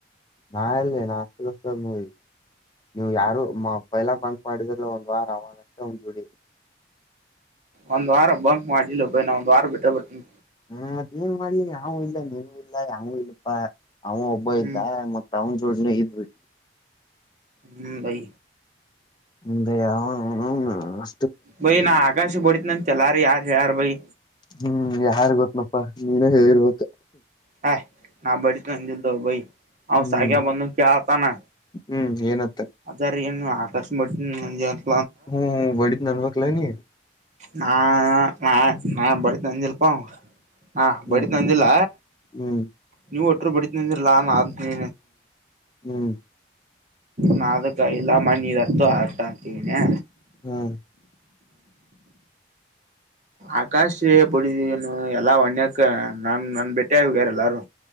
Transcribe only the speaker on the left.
ನಾ ಎಲ್ಲಿ ನಾ ಅಷ್ಟಷ್ಟದ ನೋಡಿ ನೀವು್ ಯಾರುಬ ಎಲ್ಲ ಬಂಕ್ ಮಾಡಿದ್ರ ಒಂದ್ ವಾರ ಅವವ ಅಷ್ಟ ಒಂದ್ ಜುಡಿ
ಹ್ಮ್ ಮತ್ತ ನೀನ್ ಮಾಡ ಯಾವೂ ಇಲ್ಲ ನೀವು ಇಲ್ಲ ಯಾವೂ ಇಲ್ಲಪ್ಪಾ ಅವ ಒಬ್ಬ
ಇದ್ದ ಮತ್ ಅವನ್ ಜೋಳಜನ ಇದ್ವಿ
ಹ್ಮ್ಮ್ ಬೈ ಅವ್ವ ಅ
ಹ್ಮ್ ಯಾರ್ ಗೊತ್ತನಪ್ಪಾ ನೀನೇ ಹೇಳಿರ್ ಗೊತ್ತ
ಹ್ಮ್
ಹ್ಮ್ ಏನ ಅಂತ
ಹ್ಮ ಬಡಿತ ನಲ್ವಕ್ಲ ನೀ
ಹ್ಮ್
ಹ್ಮ್
ಹ್ಮ್
ಹ್ಮ್